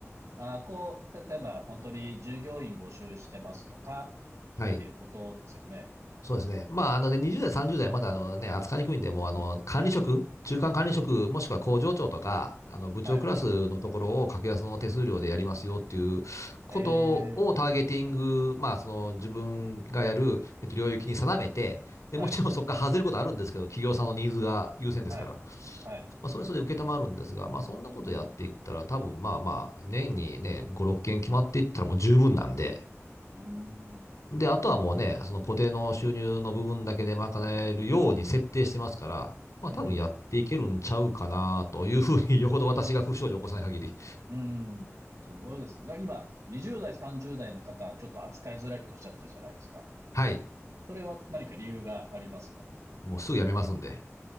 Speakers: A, on the right (about 90°); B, on the left (about 85°).
A: あーこう、例えば本当に従業員募集してますとかっ
B: はい。
A: ていうことですよね。
B: そうですね。まあ、あの、で、20代、30代また、あのね、扱いにくいんで、もう、あの、管理職、中間管理職、もしくは工場長とか、あの、部長クラスのところを格安の手数料でやりますよっていうことをターゲティング、
A: はい。ええ、
B: まあ、その、自分がやる、えっと、領域に定めて、で、
A: はい、
B: もちろんそこから外れることあるんですけど、企業さんのニーズが優先ですから、
A: はい、
B: ま
A: はい。
B: あ、それはそれで承るんですが、まあ、そんなことやっていったら、
A: うん、
B: 多分、まあまあ、年にね、5、6件決まっていったらもう十分なんで、
A: うーん、
B: で、あとはもうね、その固定の収入の部分だけで賄えるように設定してますから、まあ多分やっていけるんちゃうかなというふうに、
A: うん、
B: <laughs> よほど私が不祥事を起こさない限り、
A: うん。すごいですね。今、20代、30代の方はちょっと扱いづらいっておっしゃったじゃないですか。
B: はい、
A: それは何か理由がありますか？
B: もうすぐ辞めますんで、